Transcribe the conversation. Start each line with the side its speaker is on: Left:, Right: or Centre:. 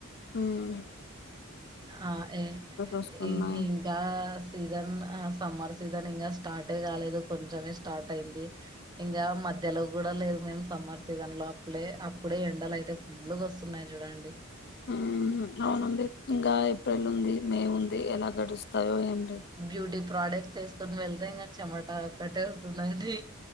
Left: మ్మ్
Right: ఆ ఏ
Left: వస్తున్నాయి
Right: ఇ ఇంకా సీజన్ ఆ సమ్మర్ సీజన్ ఇంకా స్టార్టే గాలేదు కొంచమే స్టార్ట్ అయింది, ఇంగా మధ్యలో గూడా లేదు మేము సమ్మర్ సీజన్ లో అప్పులేే అప్పుడే ఎండలైతే ఫుల్లుగొస్తున్నాయి జూడండి.
Left: ఆ అవునండి ఇంగా ఏప్రెలుంది మే ఉంది ఎలా గడుస్తాయో ఏమో
Right: బ్యూటీ ప్రోడక్ట్ చేసుకుని వెళ్తే ఇంగ చెమట ఒక్కటే వస్తుందండి